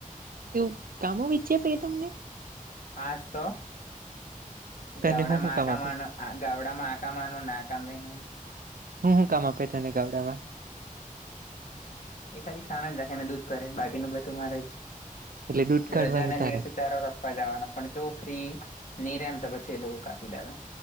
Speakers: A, on the right (about 80°); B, on the left (about 60°).
A: એવું કામો વિચ્યા પે તમને.
B: હાસ તો.
A: તને
B: ગવડા
A: હું હું
B: માકામાનું
A: કામ આપે
B: આ ગવડા માકામાનું નાકામ લની
A: હું હું કામ આપે ત ને ગાવડામાં.
B: એ ખાલી સાણ જ રાખે ને દૂધ ભરે બાકીનું બધું મારે જ
A: એટલે દૂધ કાઢવાનું
B: રજા ના
A: તારે
B: દિવસે ચારો. વા જવાના પણ જો ફ્રી ની રમ તો પછી એ લોકો કાપી લેવા.